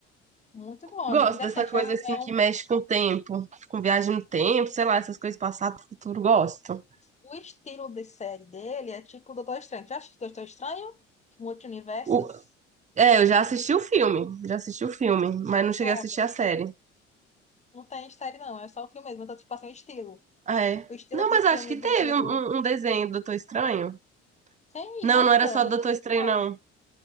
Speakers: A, on the left; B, on the right.
A: muito bom,
B: Gosto
A: é muito interessante.
B: dessa coisa
A: É, um,
B: assim
A: é
B: que
A: um-
B: mexe com o tempo, com viagem no tempo, sei lá, essas coisas passado, futuro, gosto.
A: o estilo de série dele é tipo Doutor Estranho. Já assistiu Doutor Estranho? Multiversos?
B: O- é, eu já assisti o filme, já assisti o filme, mas não cheguei
A: Pronto.
B: a assistir a série.
A: Não tem série, não. É só o filme mesmo. Eu tô, tipo, assim, o estilo.
B: Ah, é.
A: O estilo
B: Não,
A: de
B: mas acho
A: filme
B: que teve
A: do Doutor
B: um,
A: Who.
B: um um desenho do Doutor Estranho.
A: Tem,
B: Não,
A: nossa,
B: não era só
A: não,
B: do Doutor Estranho,
A: não.
B: não.